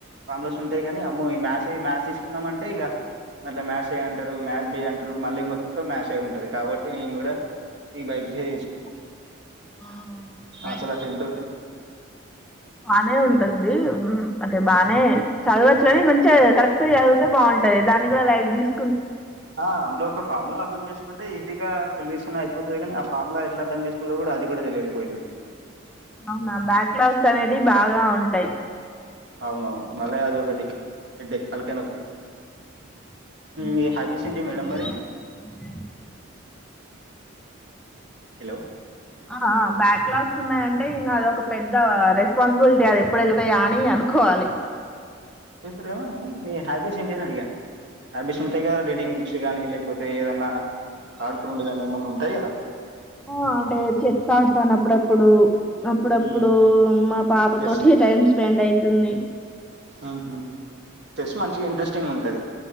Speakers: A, on the right; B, in the centre.
A: ఫామ్ లాస్ ఉంటాయి కానీ అమ్మో ఈ మ్యాథ్స్ ఏ మాథ్స్ తీసుకున్నాము అంటే ఇగ అట్ల మ్యాథ్స్ ఏ అంటారు మ్యాథస్ బి అంట టరు మళ్ళీ మొత్తం మ్యాథ్స్ ఏ ఉంటది కాబట్టి నేను కూడా ఈ బై పి సీ యే తీసుకున్నా
B: <inaudible>
A: అసలు ఆ టెన్త్
B: బానే ఉంటుంది ఉమ్ అంటే బానే చదవచ్చు కానీ మంచిగ కరెక్ట్ గా చదివితే బావుంటాయి దాన్ని కూడా లైట్ తీసు
A: ఆ అందులో ఒక ఫామ్ లా అర్థం చేసుకుంటే ఈజీగా సొల్యూషన్ అయిపోతాది కానీ ఆ ఫామ్లా ట్లా అర్థం చేసుకోవాలో కూడా అది కూడా తెలియకపోయింది
B: అవునా బ్యాక్లాగ్స్ అనేటివి బాగా ఉంటాయి
A: అవునవును మళ్ళీ అదొకటి హెడ్డేక్ తలకాయ నొప్పి
B: <inaudible>
A: మీ హ్యాబీస్ ఏంటి మేడం మరి హెలో
B: ఆ ఆ బ్యాక్ లాగ్స్ ఉన్నాయంటే ఇంక అదొక పెద్ద రెస్ స్పాన్సిబిలిటీ అది ఎప్పుడు వెళ్తాయా అని అనుకోవాలి
A: సరేమో అని మీ హ్యాబీస్ ఏంటి అని అడిగాను హ్యాబీస్ ఉంటాయి కదా రీడింగ్ బుక్స్ గానీ లేక కాకపోతే ఏదన్నా ఆడుకునేది ఏమన్నా ఉంటాయి కదా
B: ఆ అంటే చెస్ ఆడుతాను అప్పుడప్పుడు అప్పుడప్పుడు
A: హ్మ్
B: మా పాప
A: చెస్
B: తోటి టైం స్పెండ్ అవుతుంది
A: ఊహూ చెస్ మంచిగా ఇంట్రెస్టింగ్ ఉంటది